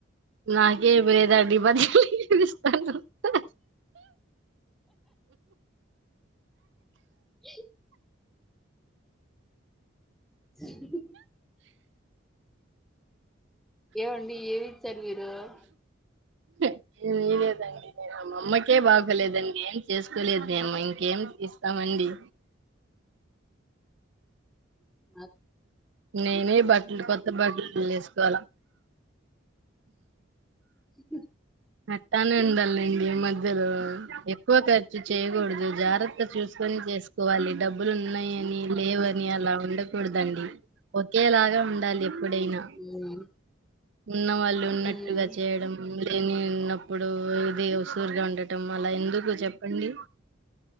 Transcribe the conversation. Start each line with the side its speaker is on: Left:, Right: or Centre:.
Right: నాకే బెదా <unintelligible> కేవ్ కా
Centre: ఏ హమ్ హ్మ్ ఏవండి ఏవి <unintelligible>
Right: ఏ ఏం లేదండి నేను మా అమ్మకే బాగోలేదని ఏం చేసుకోలేదు మేం ఇంకేం ఇస్తామండి
Centre: నాక్
Right: నేనే బట్టలు కొత్త బట్టలు లేస్కోలా
Centre: హమ్
Right: అటనే ఉండలెండి ఈ మధ్యలో ఎక్కువ క ర్చు చేయకూడదు. జాగ్రత్త చూసుకొని చేసుకోవాలి డబ్బులు ఉన్నాయని లేవని అలా ఉండకూడదండి. ఒకేలాగా ఉండాలి. ఎప్పుడైనా
Centre: ఉమ్
Right: ఉన్న వాళ్ళు ఉన్నట్టుగా
Centre: ఉమ్
Right: చేయడం. లేనివి ఉన్నప్పుడు అది సూరుగ్గ ఉండటం అలా ఎందుకు చెప్పండి.